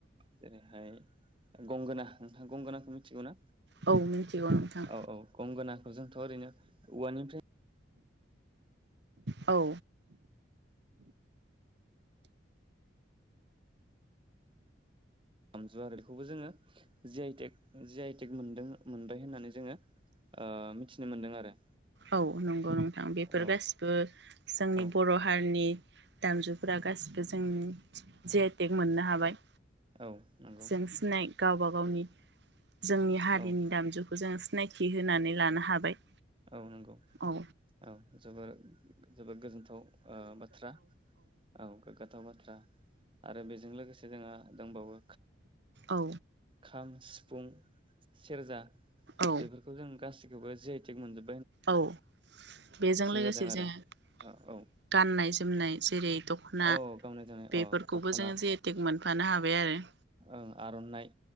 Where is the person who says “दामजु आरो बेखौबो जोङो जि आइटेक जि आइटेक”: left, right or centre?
Right